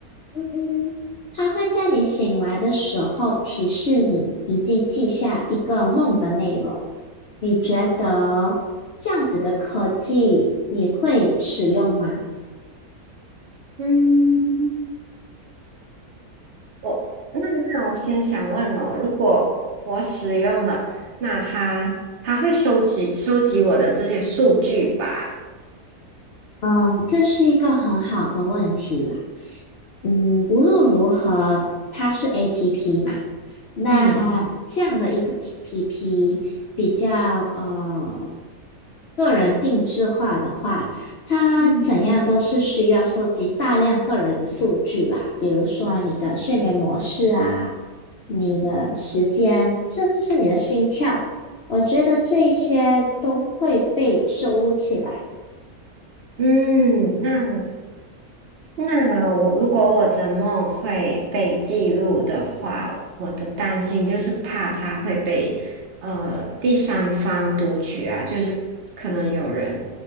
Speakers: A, on the left; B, on the right.
A: 嗯嗯，它会在你醒来的时候提示你已经记下一个梦的内容。你觉得这样子的科技你会使用吗？
B: 嗯，我那那我先想问哦，如果我使用了，那它它会收集收集我的这些数据吧？
A: 嗯，这是一个很好的问题啦。嗯，无论如何，它是 APP 嘛，那
B: 嗯，
A: 这样的一个 APP 比较呃个人定制化的话，它怎样都是需要收集大量个人的数据啦，
B: 嗯
A: 比如说你的睡眠模式啊，你的时间，甚至是你的心跳，我觉得这一些都会被收录起来。
B: 嗯，那那我如果我的梦会被记录的话，我的担心就是怕它会被呃第三方读取啊，就是可能有人